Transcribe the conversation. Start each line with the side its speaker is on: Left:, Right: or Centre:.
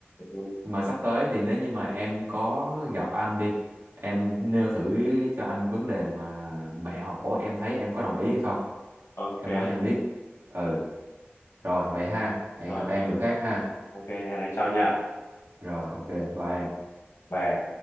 Left: ừ.
Right: mà sắp tới thì nếu như mà em có gặp anh đi em nêu thử cho anh vấn đề mà mẹ hổ em thấy em có đồng ý hay không
Left: ok
Right: em nói cho anh biết ừ rồi vậy ha hẹn
Left: rồi
Right: gặp em bữa khác ha
Left: ok ok, hẹn anh sau nha
Right: Rồi ok, bye em.
Left: Bye.